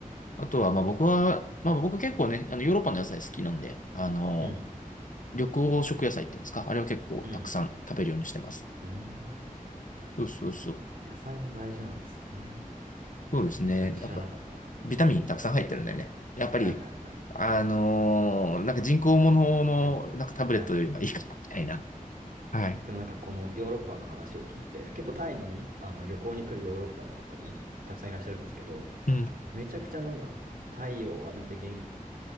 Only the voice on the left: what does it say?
あとは、まあ僕は、まあ僕結構ね、あのヨーロッパの野菜好きなんで、あの、
緑黄色野菜っていうんですか、あれは結構たくさん食べるようにしてます。
そうそうそう。
そうですね。
やっぱ、
ビタミンたくさん入ってるんだよね。やっぱり、
あのーなんか人工物の、
なんかタブレットよりはいいかな、
みたいな。はい。
うん、